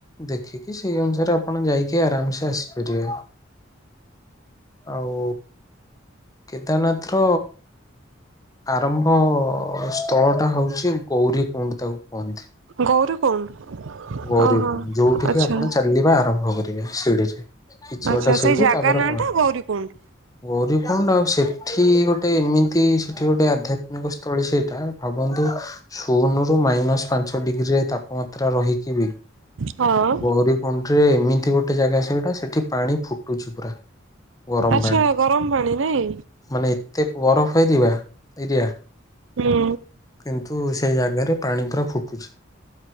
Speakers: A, on the left (about 20°); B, on the right (about 80°).
A: ଦେଖିକି ସେଇ ଅନୁସାରେ ଆପ ଆପଣ ଯାଇକି ଆରାମସେ ଆସିପାରିବେ ଆଉ କେଦାରନାଥ ର ଆରମ୍ଭ ସ୍ଥଳ ଟା ହଉଛି ଗୌରୀ କୁଣ୍ଡ ତାକୁ କୁହନ୍ତି
B: ଗୌରୀକୁଣ୍ଡ
A: ଗୌରୀ
B: ଓହୋ
A: କୁଣ୍ଡ ଯୋଉଠିକି
B: ଆଚ୍ଛା।
A: ଆପଣ ଚାଲିବା ଆର ଆରମ୍ଭ କରିବେ ସିଡିରେ କିଛି
B: ଆଚ୍ଛା
A: ବାଟ ସିଡି
B: ସେଇ ଜାଗା
A: ତାପରେ
B: ନାଁ
A: ବ
B: ଟା ଗୌରୀକୁଣ୍ଡ
A: ଗୌରୀ କୁଣ୍ଡ ଆଉ ସେ ସେଠି ଗୋଟେ ଏମିତି ସେଠି ଗୋଟେ ଆଧ୍ୟାତ୍ମିକ ସ୍ଥଳୀ ସେଇଟା ଭାବନ୍ତୁ ସୁନୁରୁ ମାଇନସ ପାଞ୍ଚ ଡିଗ୍ରୀରେ ତାପମାତ୍ରା ରହିକିିବି
B: ହଁ
A: ଗୌରୀ କୁଣ୍ଡ ଏମିତି ଗୋଟେ ଜାଗା ସେଇଟା ସେଠି ପାଣି ଫୁଟୁଛି ପୁରା। ଗରମ
B: ଆଚ୍ଛା
A: ପାଣି
B: ଗରମ ପାଣି ନାଇଁ।
A: ମାନେ ଏତେ ବରଫ ଫେରିବା ଏରିଆ
B: ହୁଁ
A: କିନ୍ତୁ ସେ ଜାଗାରେ ପାଣି ପୁରା ଫୁଟୁଚି।